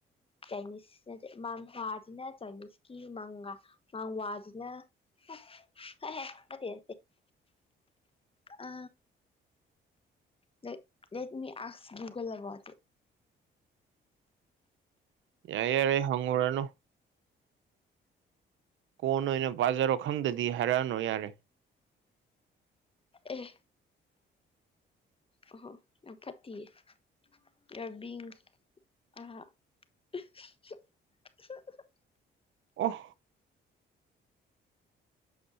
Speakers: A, on the left; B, on the right.
A: ꯆꯥꯏꯅꯤꯁꯅ ꯃꯥꯡꯋꯥꯁꯤꯅ ꯆꯥꯏꯅꯤꯁꯀꯤ ꯃꯪ ꯃꯪꯋꯥꯁꯤꯅ ꯎ ꯍ ꯃ ꯑꯗꯤꯦ ꯑ ꯂ ꯂꯩ ꯃꯤ ꯑꯁ ꯨꯒꯜ ꯂ ꯣ
B: ꯌꯥꯏꯔꯦ ꯌꯥꯔꯦ ꯍꯪꯉꯨꯔꯅꯨ ꯀꯣꯟ ꯑꯣꯏꯅ ꯄꯥꯖꯔꯣ ꯈꯪꯗꯗꯤ ꯍꯥꯏꯔꯛꯑꯅꯣ ꯌꯥꯔꯦ
A: ꯑꯦ ꯑꯣꯍꯣ ꯌꯥꯝ ꯐꯠꯇꯤꯌꯦ꯫ <unintelligible>
B: ꯑꯣ꯫